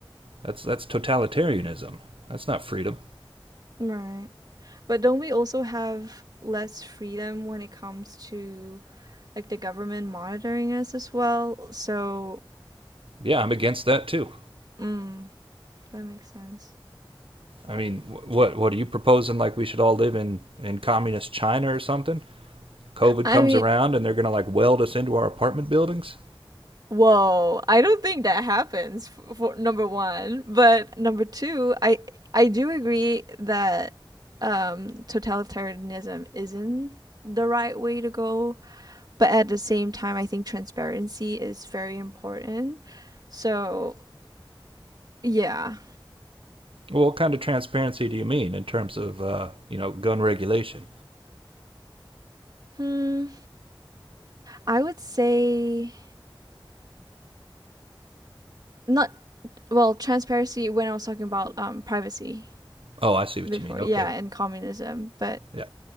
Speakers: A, on the right; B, on the right.
A: that's that's totalitarianism. That's not freedom.
B: Right. But don't we also have less freedom when it comes to like the government monitoring us as well? So,
A: Yeah, I'm against that too.
B: mm, that makes sense.
A: I mean, what what are you proposing? Like we should all live in in communist China or something? COVID
B: I
A: comes
B: mean,
A: around and they're gonna like weld us into our apartment buildings?
B: Whoa, I don't think that happens for, for number one. But number two, I I do agree that um, totalitarianism isn't the right way to go. But at the same time, I think transparency is very important. So yeah,
A: Well, What kind of transparency do you mean in terms of, uh, you know, gun regulation?
B: hmm, I would say not. Well, transparency when I was talking about um, privacy
A: Oh, I see what
B: before,
A: you mean.
B: yeah,
A: Okay.
B: and communism, but
A: Yeah.